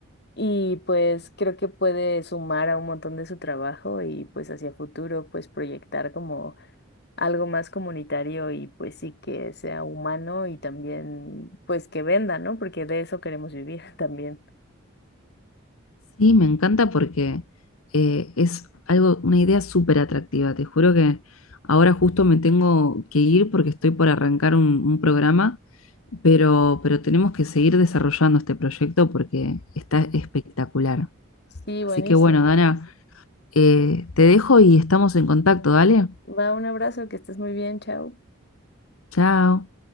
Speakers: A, on the left (about 50°); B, on the left (about 80°).
A: y pues creo que puede sumar a un montón de su trabajo y pues hacia futuro pues proyectar como algo más comunitario y pues sí que sea humano y también pues que venda, ¿no? Porque de eso queremos vivir <laughs> también.
B: Sí, me encanta porque eh, es algo, una idea súper atractiva. Te juro que ahora justo me tengo que ir porque estoy por arrancar un, un programa, pero, pero tenemos que seguir desarrollando este proyecto porque está espectacular.
A: Sí,
B: Así
A: buenísimo.
B: que bueno, Dana, eh, te dejo y estamos en contacto, dale.
A: Va, un abrazo, que estés muy bien, chao.
B: Chao.